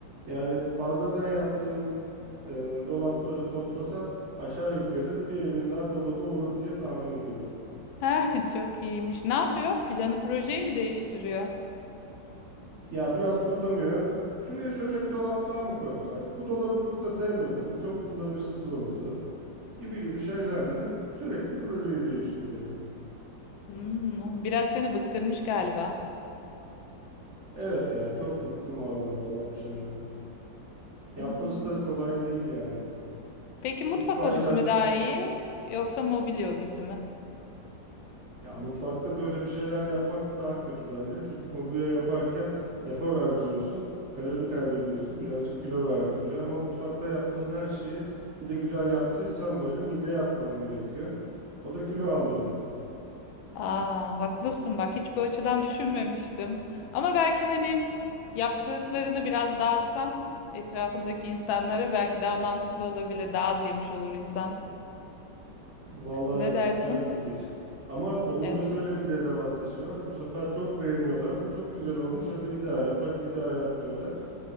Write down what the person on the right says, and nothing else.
Yani fazladan yaptığım e, dolapları toplasan aşağı yukarı bir evin daha dolabı olur diye tahmin ediyorum.
Ya biraz kullanıyor. Şuraya şöyle bir dolap daha mı koysak? Bu dolabı burada sevmedim. Bu çok kullanışsız oldu. Gibi gibi şeylerle sürekli projeyi değiştiriyor.
Evet ya çok bıktım vallahi dolap işinden. Yapması
da kolay değil yani.
İlk başlarda
ya mutfakta böyle bir şeyler yapmak daha kötü bence. Çünkü mobilya yaparken efor harcıyorsun, kalori kaybediyorsun, birazcık kilo verdiriyor. Ama mutfakta yaptığın her şeyi bir de güzel yaptıysan böyle mideye atman gerekiyor. O da kilo aldırıyor.
Vallahi
evet
güzel fikir. Ama onun
da şöyle bir dezavantajı var. Bu sefer çok beğeniyorlar. Bu çok güzel olmuş. Hadi bir daha yap, hadi bir daha yap diyorlar.